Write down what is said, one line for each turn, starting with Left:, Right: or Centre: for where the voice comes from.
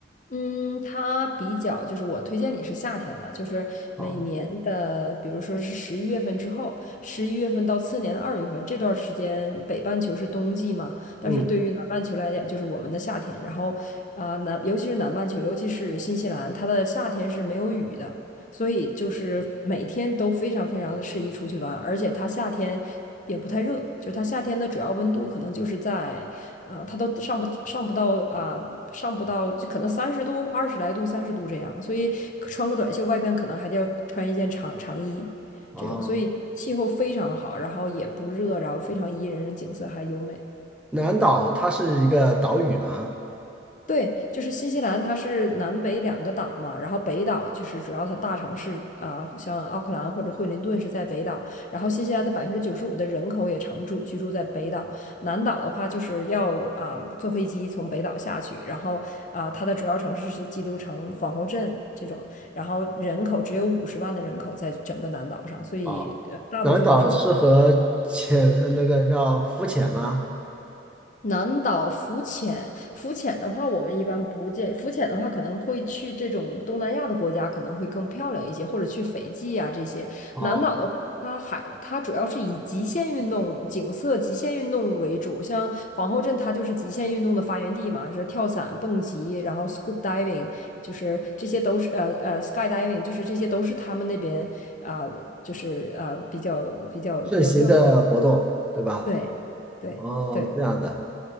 Left: 嗯，它比较就是我推荐你是夏天了，就是每年的，
Centre: 哦，
Left: 比如说是十一月份之后，十一月份到次年的二月份这段时间，北半球是冬季嘛，但是对于南半球来讲，
Centre: 嗯，
Left: 就是我们的夏天。然后啊，呃南、尤其是南半球，尤其是新西兰，它的夏天是没有雨的。所以就是每天都非常非常的适宜出去玩，而且它夏天也不太热，就是它夏天的主要温度可能就是在，呃，它都上不上不到啊、上不到就可能三十度、二十来度、三十度这样，所以穿个短袖，外边可能还得要穿一件长长衣
Centre: 哦，
Left: 这种，所以就是气候非常好，然后也不热，然后非常宜人，景色还优美。
Centre: 南岛它是一个岛屿吗？
Left: 对，就是新西兰，它是南北两个岛嘛，然后北岛就是主要它大城市啊、像奥克兰或者惠灵顿是在北岛，然后新西兰的百分之九十五的人口也常住居住在北岛，南岛的话就是要啊、坐飞机从北岛下去，然后啊、它的主要城市是基督城、皇后镇这种，然后人口只有五十万的人口在整个南岛上，所以呃大多数都是。
Centre: 哦，南岛适合浅，呃那个叫浮潜吗？
Left: 南岛浮潜，浮潜的话，我们一般不建。浮潜的话，可能会去这种东南亚的国家，可能会更漂亮一些，或者去斐济啊这些。
Centre: 哦。
Left: 南岛的话，它海它主要是以极限运动、景色、极限运动为主，像皇后镇，它就是极限运动的发源地嘛，就是跳伞、蹦极，然后 scuba diving，就是这些都是呃呃 skydiving，就是这些都是他们那边啊、就是啊、比较比较比较热门的
Centre: 盛行的活动，对吧？
Left: 对对对，
Centre: 哦，这样的，